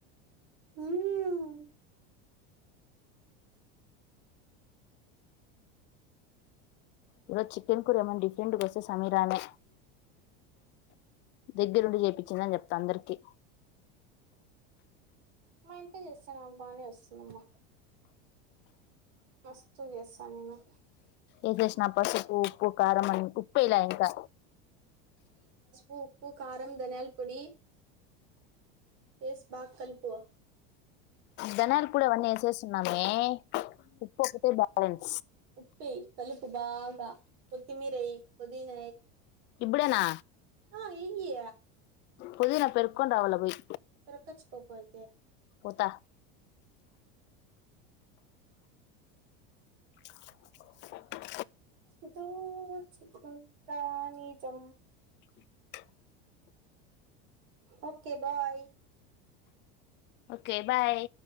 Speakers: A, on the right; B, on the left.
A: ఉమ్
B: ఈరోజు చికెన్ కూర ఏమైనా డిఫరెంట్ వస్తే సమీరానే దగ్గరుండి చెపించినప్ప్తా అందరికి
A: మా ఇంత చేస్తాను బానే వస్తుందమ్మా మస్తు చేస్తాను నేను
B: ఏదేష్ణ పసుపు ఉప్పు కారంమ ఉప్పు ఇలా ఇంకా
A: ఉ ఉప్పు కారం ధనియాల పొడి ఏస్ బాగా కలిపు
B: దనాల్ కూడా వన్న ఎసే సన్నామే ఉప్పుకతే బ్యాలెన్స్
A: ఉప్పి కలుపు బాగా కొత్తిమరై పోధిన
B: ఇప్పుడేనా
A: ఆ ఎయి
B: పదున పెర్కొడావాల పోయి
A: పెరకచ్చుకోపోయితే
B: పోత ఆ
A: ఇదో చ కుంద నిజం
B: ఆ
A: ఓకే బాయ్
B: ఓకే బాయ్